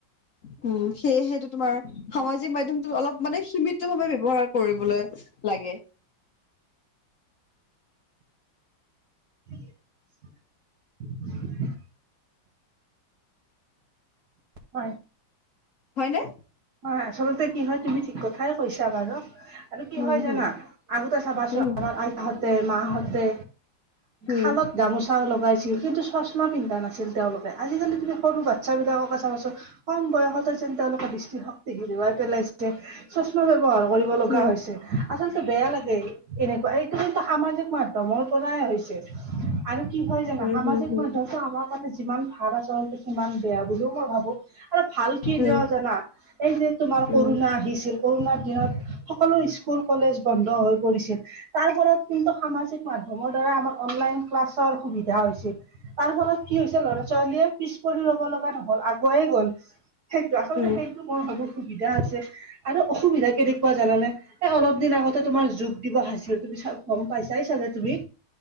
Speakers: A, on the left (about 50°); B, on the right (about 55°).
A: উম সেয়েহেটো তোমাৰ সামাজিক মাধ্যমটোত অলপ মানে সীমিত ভাৱে ব্যৱহাৰ কৰিবলৈ লাগে <unintelligible>
B: <unintelligible> হয়
A: হয় নে
B: হয় আচলতে কি হয় তুমি ঠিক কথাই কৈছা বাৰু আৰু কি
A: উম,
B: হয়
A: হুম,
B: জানা আগতে চাবা ছো
A: উম,
B: আমাৰ আইতা হতে মা হতে
A: হুম,
B: হালত গামোচা লগাইছিল কিন্তু চচমা পিন্ধা নাছিল তেওঁলোকে আজিকালি তুমি সৰু বাচ্ছা বাচ্ছা বিলাককে চাব কম বয়সত যেন তেওঁলোকে দৃষ্টিশক্তি হেৰুৱাই পেলাইছে চচমা ব্যৱহাৰ কৰিব লগা
A: হুম,
B: হৈছে আচলতে বেয়া লাগে এনেকুৱা এইটো কিন্তু সামাজিক মাধ্যমৰ পৰাই হৈছে আৰু কি হয় জানো
A: হুম,
B: সামাজিক
A: হুম, হুম, হুম।
B: সমাজিক মাধ্যমটো আমাৰ কাৰণে যিমান ভাল আচলতে সিমান বেয়া বুলিও মই ভাবো আৰু ভাল কি
A: উম,
B: যোৱা জানা এই যে তোমাৰ কৰুণা
A: উম,
B: আহিছিল। কৰুণাৰ দিনত স সকলো স্কুল কলেজ বন্ধ হৈ পৰিছিল। তাৰ ফলত কিন্তু সামাজিক মাধ্যমৰ দ্বাৰা আমাৰ অনলাইন ক্লাছৰ সুবিধা হৈছে। তাৰ ফলত কি হৈছে ল'ৰা-ছোৱালীয়ে পিছ পৰি ৰ'ব লগা নহল, আগুৱাইয়ে গ'ল।
A: উম,
B: সেইটো মই ভাবোঁ সুবিধা হৈছে আৰু অসুবিধা কেনেকুৱা জানানে এ অলপ দিন আগতে তোমাৰ যোগ দিবস আছিল তুমি চা গম পাইছাই চাগে তুমি।